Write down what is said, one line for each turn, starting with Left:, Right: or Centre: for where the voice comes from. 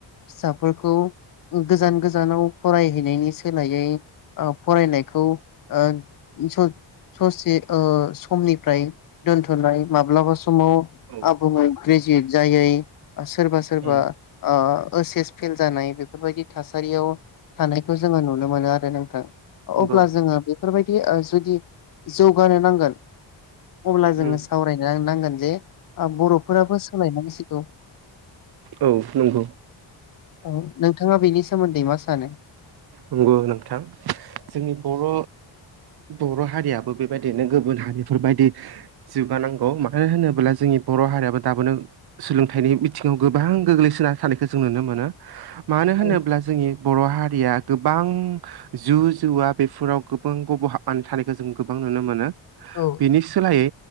Left: फिसाफोरखौ गोजान गोजानाव फरायहैनायनि सोलायै ओ फरायनायखौ ओ स' ससे ओ समनि फ्राय दोनथ'नाय माब्लाबा समाव
Right: औ
Left: आबुङै ग्रेजुयेट जायै। सोरबा सोरबा
Right: उम
Left: ओ ओस एस फेल जानाय बेफोरबायदि थासारियाव थानायखौ जोङो नुनो मोनो आरो नोंथां।
Right: नंगौ
Left: अब्ला जोङो बेफोरबायदि ओ जुदि जौगानो नांगोन। अब्ला जोङो
Right: उम
Left: सावरायनो नांगोन जे ओ बर'फोराबो सोलाय नांसिगौ।
Right: औ नंगौ
Left: औ नोंथाङा बेनि सोमोन्दै मा सानो
Right: नंगौ नोंथां जोंनि बर' बर' हारियाबो बेबायदिनो गुबुन हारिफोरबायदि जौगानांगौ मानो होनोब्ला जोंनि बर' हारियाबो दाबोनो सोलोंथाइनि बिथिङाव गोबां गोग्लैसोना थानायखौ जों नुनो मोनो मानो होनोब्ला
Left: औ
Right: जोंनि बर' हारि हारिया गोबां जौ जुवा बेफोराव गोबां गब'हाबनानै थानायखौ जों गोबां नुनो मोनो
Left: औ
Right: बेनि सोलायै